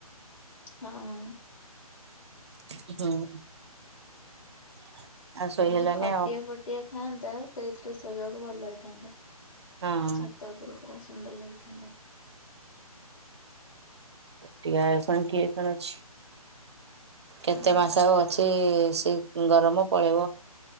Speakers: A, on the left; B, on the right.
A: ହଁ।
B: ହୁଁ। ଆଉ ଶୋଇ
A: ଯଦି
B: ହେଲାନି
A: ଖଟିଆ
B: ଆଉ
A: ଫଟିଆ ଥାଆନ୍ତା ସେଇଥିରେ ଶୋଇବାକୁ ଭଲ ହେଇଥାନ୍ତା
B: ହଁ
A: ଛା ତ ଉପରେ ପୁରା ସୁନ୍ଦର ଲାଗିଥାନ୍ତା।
B: ଖଟିଆ ଫୁଣୀ କିଏ କଣ ଅଛି କେତେ
A: ଉଁ
B: ମାସ ଆଉ ଅ ଛି ସେ ଗରମ ପଳେଇବ